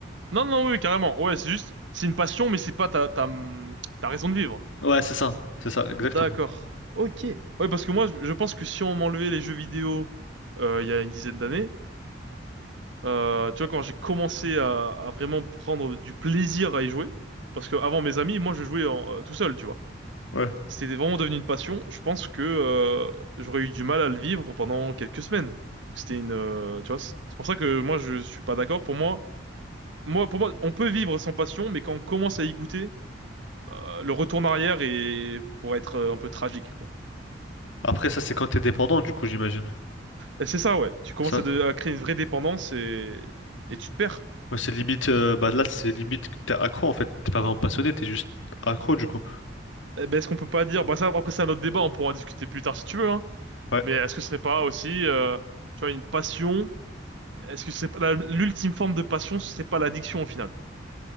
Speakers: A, on the right (about 75°); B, on the left (about 80°).
A: Non, non, oui, carrément. Ouais, c'est juste, c'est une passion, mais c'est pas ta, ta, ta raison de vivre.
B: Ouais, c'est ça, c'est ça, exactement.
A: D'accord. Ok. Ouais, parce que moi, je je pense que si on m'enlevait les jeux vidéo euh, il y a une dizaine d'années, euh, tu vois, quand j'ai commencé à, à vraiment prendre du plaisir à y jouer, parce que avant mes amis, moi, je jouais en- euh, tout seul, tu vois.
B: Ouais.
A: C'était vraiment devenu une passion. Je pense que euh, j'aurais eu du mal à le vivre pendant quelques semaines. Donc, C'était une, euh, tu vois, c'est c'est pour ça que moi, je suis pas d'accord. Pour moi, moi, pour moi, on peut vivre sans passion, mais quand on commence à y goûter, euh, le retour en arrière est pour être euh, un peu tragique, quoi.
B: Après ça c'est quand t'es dépendant, du coup j'imagine.
A: Et c'est ça, ouais. Tu commences
B: Ça,
A: à, de- à créer une vraie dépendance et, et tu te perds.
B: Ouais, c'est limite, euh, bah là c'est limite que t'es accro en fait, t'es pas vraiment passionné, t'es juste accro du coup.
A: Eh ben, est-ce qu'on peut pas dire, bah ça, après c'est un autre débat, on pourra en discuter plus tard si tu veux, hein.
B: Ouais,
A: Mais est-ce que ce serait pas aussi, euh, tu vois, une passion? Est-ce que c'est pas la- l'ultime forme de passion, ce serait pas l'addiction au final?